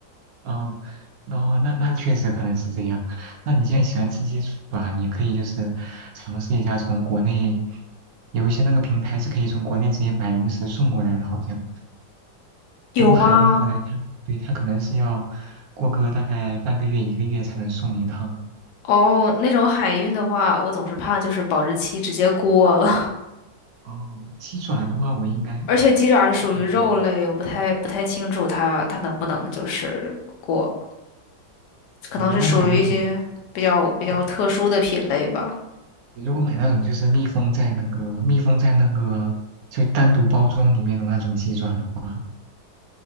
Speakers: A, on the right; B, on the left.
A: 啊，哦，那那确实可能是这样。那你现在喜欢吃鸡爪，你可以就是尝试一下从国内有一些那个平台是可以从国内直接买零食送过来的，好像。
B: 有吗？
A: 不过海运过来它，对，它可能是要过个大概半个月一个月才能送一趟。
B: 哦，那种海运的话，我总是怕就是保质期直接过了，
A: 哦，鸡爪的话，我应该
B: <laughs> 而且鸡爪是属于肉类，
A: 还好吧
B: 我不太不太清楚它它能不能就是过。可能是属于一些比较比较特殊的品类吧。
A: 你如果买那种，呃你如果买那种就是密封在那个密封在那个就单独包装里面的那种鸡爪的话。